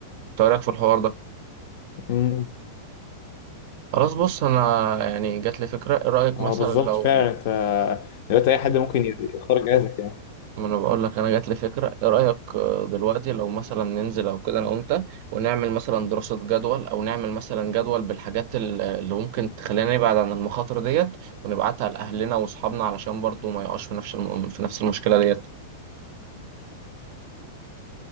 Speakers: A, on the right; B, on the left.
A: إنت إيه رايك في الحوار ده
B: امم
A: خلاص بص انا يعني جات لي فكره ايه رايك
B: اه
A: مثلا
B: بالظبط
A: لو
B: فعلا انت دلوقتي اي حد ممكن يختار جهازك يعني
A: ما انا بقول لك انا جات لي فكره ايه رايك آه، دلوقتي لو مثلا ننزل او كده انا وانت ونعمل مثلا دراسه جدول او نعمل مثلا جدول بالحاجات ال- اللي ممكن تخلينا نبعد عن المخاطر ديت ونبعتها لاهلنا واصحابنا علشان برضو ما يقعش في نفس الم... في نفس المشكله ديت